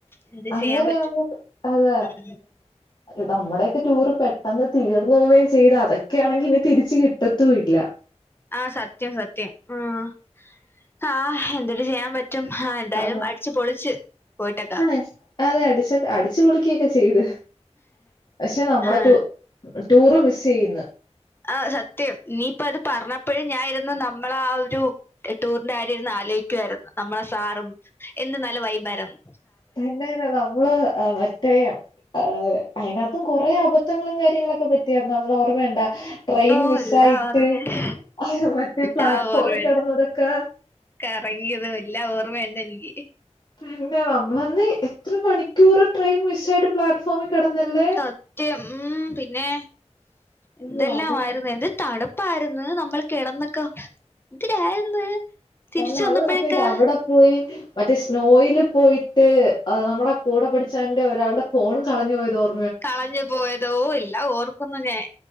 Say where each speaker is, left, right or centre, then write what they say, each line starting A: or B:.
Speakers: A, on the left; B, on the left.
A: എന്ത്
B: അങ്ങനെയാവുമ്പൊ
A: ചെയ്യാൻ പറ്റും
B: അതെ
A: ഉം
B: നമ്മടെയൊക്കെ ടൂറ് പെട്ടെന്ന് തീർന്നോവേം ചെയ്ത് അതൊക് ഒക്കെ ആണെങ്കി ഇനി തിരിച്ച് കിട്ടത്തുയില്ല
A: ആഹ് സത്യം സത്യം ആഹ് ആഹ് എന്തര് ചെയ്യാൻ പറ്റ് റ്റും ആഹ് എന്തായാലും
B: അതെ
A: അടിച്ച് പൊളിച്ച് പോയിട്ടൊക്ക
B: ആഹ് അതെ അടിച്ചൊകെ അടിച്ച് പൊളിക്കേം ഒക്കെ ചെയ്ത് പക്ഷെ നമ്മടെ
A: ആഹ്
B: റ്റൂ ടൂറ് മിസ് ചെയ്യുന്ന്
A: ആഹ് സത്യം നീയിപ്പത് പറഞ്ഞപ്പഴ് ഞാൻ ഇരുന്ന് നമ്മളെ ആ ഒരു എ ടൂറിന്റെ കാര്യം ഇര്ന്ന് ആലോയിക്കാര് ന്ന് നമ്മളെ സാറും എന്ത് നല്ല വൈബായിര്ന്ന്
B: തന്നെ തന്നെ നമ്മള് എ മറ്റേ ആതേ അയിനാത്തും കൊറേ അബദ്ധങ്ങളും കാര്യങ്ങളൊക്കെ പറ്റിയാര്ന്നു നമ്മളോർമ്മയുണ്ടോ ട്രെയിൻ
A: ഓ
B: മിസ്സായിട്ട്
A: എല്ലാം ഓർമ്മയുണ്ട്
B: അയ്യോ മറ്റെ
A: എല്ലാം
B: പ്ലാറ്റ്ഫോമിൽ
A: ഓർമ്മയുണ്ട്
B: കെടന്നതൊക്കെ
A: കറങ്ങിയതും എല്ലാം ഓർമ്മയുണ്ടെനിക്ക്
B: പിന്നെ നമ്മളന്ന് എത്ര മണിക്കൂറ് ട്രെയിൻ മിസ്സായിട്ട് പ്ലാറ്റ്ഫോമീ കിടന്നല്ലേ
A: സത്യം ഉം പിന്നെ എന്തെല്ലാവായിര്ന്ന്
B: അയ്യോ അത്
A: ഇത് തണുപ്പ് <unintelligible> നമ്മൾ കിടന്നൊക്കെ എന്തരായിരുന്ന് തിരിച്ച്
B: തന്നെ അവള്
A: വന്നപ്പഴൊക്കെ
B: മറ്റേ അവിടെ പോയി മറ്റേ സ്നോയില് പോയിട്ട് അത് നമ്മടെ കൂടെ പഠിച്ചവന്റെ ഒരാളുടെ ഫോൺ കളഞ്ഞു പോയതോർ
A: കളഞ്ഞു പോയതോ ഇല്ല ഓർക്കുന്നു ഞാൻ